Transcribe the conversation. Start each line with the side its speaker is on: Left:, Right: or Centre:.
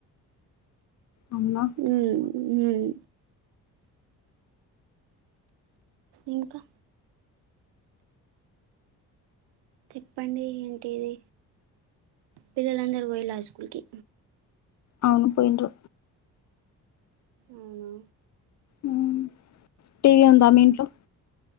Left: అవునా
Right: మ్ మ్మ్ ఇంకా చెప్పండి ఏంటిది పిల్లలందరూ పోయిళ్ళ స్కూల్కి
Left: అవును పోయిండ్రు
Right: అవునా
Left: అవును టీవీ ఉందా మీ ఇంట్లో